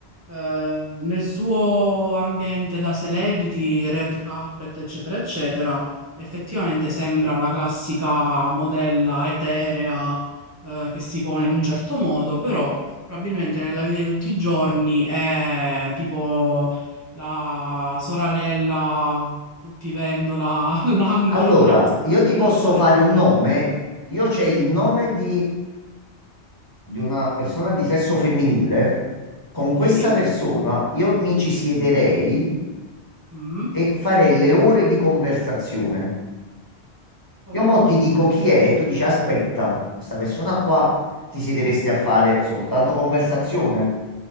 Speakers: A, on the right; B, on the left.
A: eh, nel suo ambiente da celebrity, red carpet, eccetera, eccetera, Effettivamente sembra la classica modella eterea, eh, che si pone in un certo modo, però probabilmente nella vita di tutti i giorni è tipo la soralella fruttivendola <laughs> all'angolo,
B: Allora,
A: una cosa,
B: io ti posso
A: una cosa del
B: fare
A: genere.
B: un nome. Io c'è
A: Sì,
B: il nome di di una persona di sesso femminile,
A: sì,
B: con questa persona io mi ci siederei
A: mm,
B: e farei le ore di conversazione.
A: ok,
B: Io mo ti dico chi è e tu dici aspetta, questa persona qua ti siederesti a fare soltanto conversazione.